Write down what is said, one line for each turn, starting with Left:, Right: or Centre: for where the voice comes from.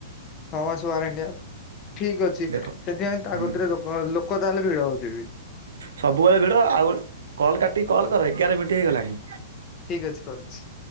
Left: ଛ ମାସ ୱାରେଣ୍ଟିଆ ଠିକ ଅଛି
Right: ଦେଖ
Left: ସେଥିପାଇଁ ତା
Right: ହୁଁ
Left: କତିରେ ଲୋକ ଲୋକ ତାହଲେ ଭିଡ ହଉଥିବି।
Right: ସବୁବେଳେ ଭିଡ଼ ଆଉ ଗୋଟେ କଲ୍ କାଟିିକୀ କଲ୍ କରେ ଏଗାର ମିନିଟ୍ ହେଇଗଲାଣି।
Left: ଠିକ ଅଛି କରୁଚି।